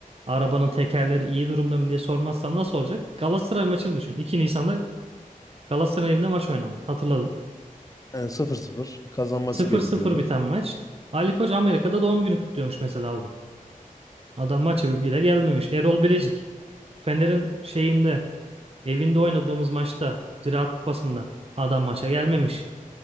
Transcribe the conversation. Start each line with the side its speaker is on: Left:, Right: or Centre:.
Right: Arabanın tekerleri iyi durumda mı diye sormazsan nasıl olacak? Galatasaray maçını düşün. 2 Nisan'da Galatasaray evinde maç oynandı. Hatırladın.
Left: Yani sıfır sıfır kazanması
Right: Sıfır
Left: gerekiyordu.
Right: sıfır biten maç. Ali Koç Amerika'da doğum günü kutluyormuş mesela o gün. Adam maça bile gelmemiş. Erol Bilecik. Fener'in şeyinde, evinde oynadığımız maçta, Ziraat Kupası'nda adam maça gelmemiş.